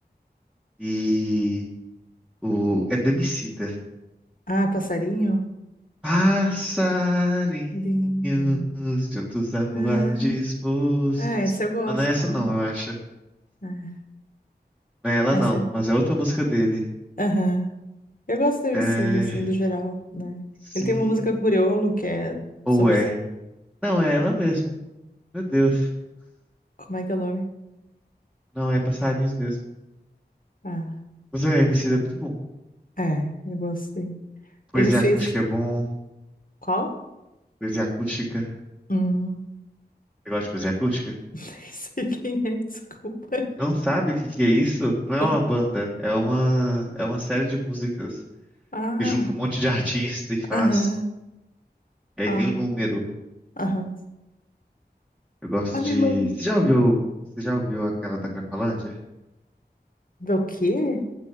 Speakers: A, in the centre; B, on the left.
A: e o é do Emicida.
B: Ah, Passarinho?
A: Passarinhos
B: Passarinho.
A: juntos a voar
B: É,
A: dispostos.
B: é, essa eu gosto
A: Mas não é essa
B: também.
A: não, eu acho.
B: É,
A: Não é ela
B: essa.
A: não, mas é outra música dele.
B: Aham. Eu gosto do Emicida,
A: É,
B: assim, do geral, né?
A: sim,
B: Ele tem uma música com Criolo que é
A: ou
B: sobre.
A: é? Não, é ela mesmo. Meu Deus.
B: Como é que é o nome?
A: Não, é passarinhos mesmo.
B: Ah,
A: Mas é, Emicida é muito bom.
B: É, eu gostei.
A: Poesia
B: Ele fez
A: acústica é bom,
B: qual?
A: poesia acústica.
B: Hum, <laughs>
A: Você gosta de cozinha acústica?
B: nem sei quem é, desculpa.
A: Não sabe o que que é isso?
B: <laughs>
A: Não é uma banda, é uma, é uma série de músicas
B: Ah,
A: que junta um monte de <laughs> artista e faz.
B: aham,
A: E aí
B: ah,
A: tem o número.
B: aham.
A: Eu gosto
B: Ah, me
A: de.
B: manda.
A: Você já ouviu? Você já ouviu aquela da Cracolândia?
B: Do quê?